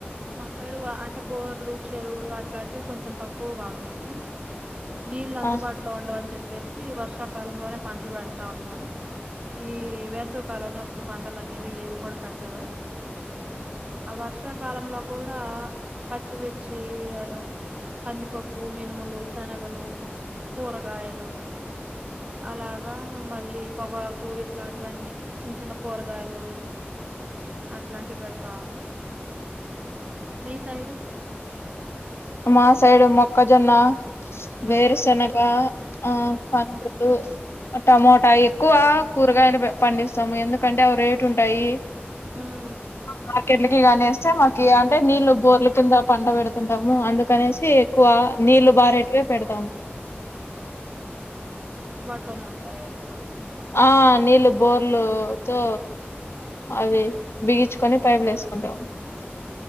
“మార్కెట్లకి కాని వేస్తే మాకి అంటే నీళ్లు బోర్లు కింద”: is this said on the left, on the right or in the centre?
Left